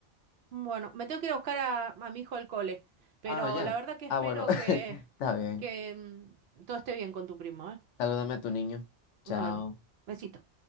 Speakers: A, on the right; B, on the left.
A: Bueno, me tengo que ir a buscar a, a mi hijo al cole, pero
B: Ah, ya.
A: la verdad que espero
B: Ah, bueno, <laughs>
A: que,
B: está bien.
A: que mm, todo esté bien con tu primo, ¿eh?
B: Salúdame a tu niño.
A: Bueno,
B: Chao.
A: besito.